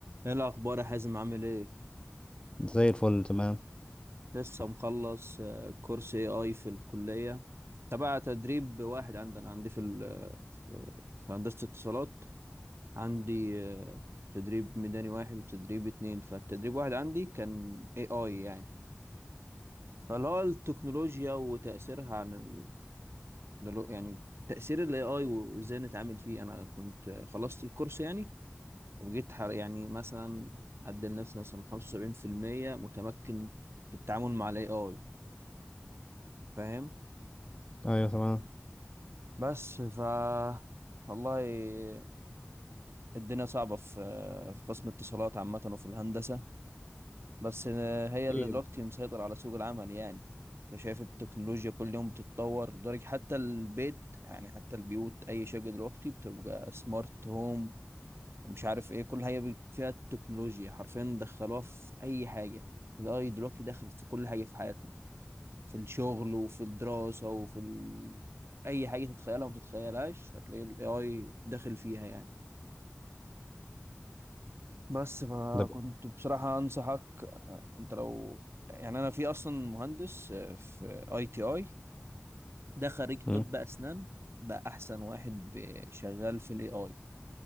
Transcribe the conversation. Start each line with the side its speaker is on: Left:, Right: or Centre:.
Right: ايه الاخبار يا حازم عامل ايه
Left: زي الفل تمام
Right: لسه مخلص آه، كورس اي اي في الكليه تبع تدريب واحد عندنا عندي في ال في في هندسه اتصالات عندي آه، تدريب ميداني واحد وتدريب اتنين فالتدريب واحد عندي كان اي اي يعني فاللي هو التكنولوجيا وتاثيرها عن ال... دلو- يعني تاثير الاي اي وازاي نتعامل فيه انا كنت آه، خلصت الكورس يعني وجيت حر- يعني مثلا ادي لنفسي مثلا 75% متمكن في التعامل مع الاي اي فاهم
Left: ايوه تمام
Right: بس ف والله الدنيا صعبة في في قسم الاتصالات عامة وفي الهندسة بس هي
Left: أكيد.
Right: اللي دلوقتي مسيطرة على سوق العمل يعني انت شايف التكنولوجيا كل يوم بتتطور لدرجة حتى البيت يعني حتى البيوت أي شركة دلوقتي بتبقى سمارت هوم ومش عارف ايه كل حاجة بي- فيها التكنولوجيا حرفيا دخلوها في أي حاجة الاي دلوقتي داخل في كل حاجة في حياتنا في الشغل وفي الدراسة وفي ال... أي حاجة تتخيلها وما تتخيلهاش هتلاقي ال AI داخل فيها يعني بس فكنت
Left: ده ب-
Right: بصراحة أنصحك أنت لو يعني أنا في أصلا مهندس آه، في أي تي أي ده خريج
Left: مم.
Right: طب أسنان بقى أحسن واحد ب- شغال في ال AI